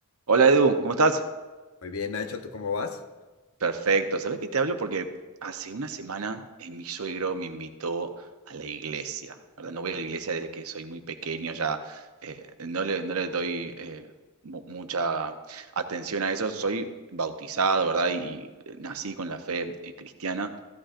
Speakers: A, on the right (about 70°); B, on the left (about 65°).
A: Hola Edu, ¿cómo estás?
B: Muy bien, Nacho, ¿tú cómo vas?
A: Perfecto. ¿Sabés que te hablo? Porque hace una semana eh, mi suegro me invitó a la iglesia, ¿verdad? No voy a la iglesia desde que soy muy pequeño, ya eh, no le, no le doy eh, mu- mucha atención a eso. Soy bautizado, ¿verdad? Y, y nací con la fe eh, cristiana,